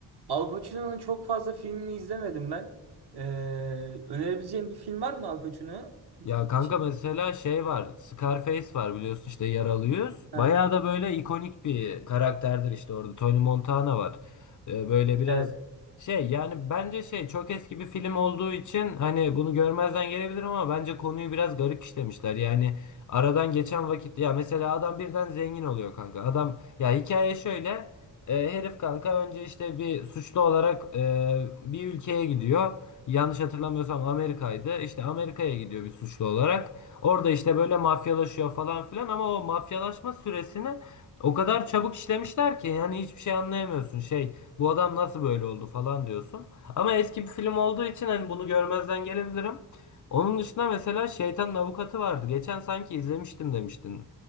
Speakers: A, on the right; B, on the left.
A: Al Pacino'nun çok fazla filmini izlemedim ben. E, önerebileceğim bir film var mı Al Pacino
B: Ya kanka
A: için?
B: mesela şey var. Scarface var biliyorsun işte yaralıyız.
A: Ha,
B: Bayağı da böyle ikonik bir karakterdir işte orada. Tony Montana var. Ee, böyle biraz
A: evet.
B: şey yani bence şey çok eski bir film olduğu için hani bunu görmezden gelebilir ama bence konuyu biraz garip işlemişler. Yani aradan geçen vakit ya mesela adam birden zengin oluyor kanka. Adam ya hikaye şöyle. e, herif kanka önce işte bir suçlu olarak e, bir ülkeye gidiyor yanlış hatırlamıyorsam Amerika'ydı. İşte Amerika'ya gidiyor bir suçlu olarak. Orada işte böyle mafyalaşıyor falan filan ama o mafyalaşma süresini o kadar çabuk işlemişler ki yani hiçbir şey anlayamıyorsun. Şey bu adam nasıl böyle oldu falan diyorsun. Ama eski bir film olduğu için hani bunu görmezden gelebilirim. Onun dışında mesela Şeytanın Avukatı vardı. Geçen sanki izlemiştim demiştin.